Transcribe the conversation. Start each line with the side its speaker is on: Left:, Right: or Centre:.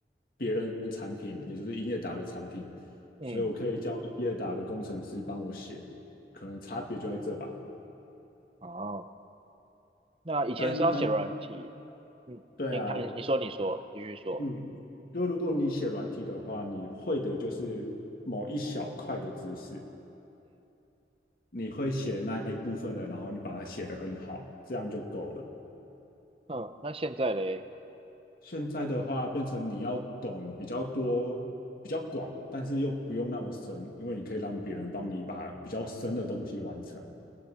Left: 别人的产品，也就是英业达的产品，
Right: 嗯，
Left: 所以我可以叫英业达的工程师帮我写，可能差别就在这吧。
Right: 哦，那以前是要写软体，
Left: 但当
Right: 嗯，
Left: 对啊，
Right: 你看你你说你说，继续说，
Left: 嗯，就如果你写软体的话，你会的就是某一小块的知识，你会写那一部分的，然后你把它写得很好，这样就够了。
Right: 嗯，那现在嘞？
Left: 现在的话，变成你要懂比较多、比较广，但是又不用那么深，因为你可以让别人帮你把比较深的东西完成。